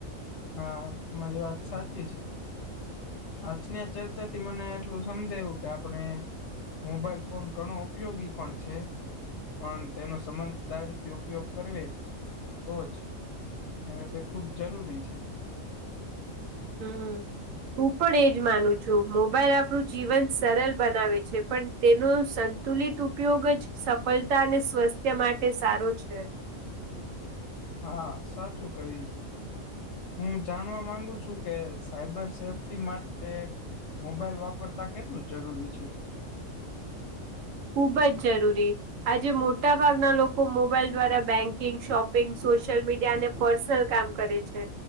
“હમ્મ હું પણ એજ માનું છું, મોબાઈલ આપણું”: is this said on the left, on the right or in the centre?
Right